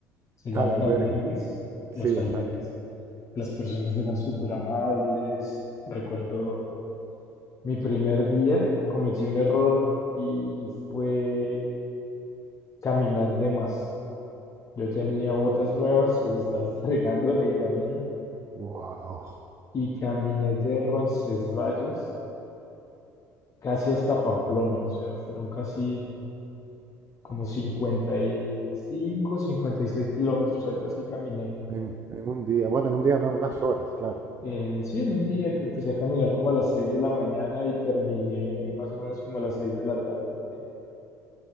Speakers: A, on the left; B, on the right.
A: se llaman
B: Al albergue.
A: albergues,
B: Sí,
A: los
B: exacto.
A: albergues. Las personas eran súper amables. Recuerdo Mi primer día cometí un error y fue caminar de más. Yo tenía botas nuevas, las estaba <laughs> estrenando en el camino
B: Wow.
A: y caminé de Roncesvalles casi hasta Pamplona. O sea, fueron casi como 55, 56 kilómetros, algo así caminé.
B: En, en un día, bueno, en un día no, en unas horas, claro.
A: En, sí, en un día que empecé a caminar como a las 6 de la mañana y terminé más o menos como a las 6 de la tarde también.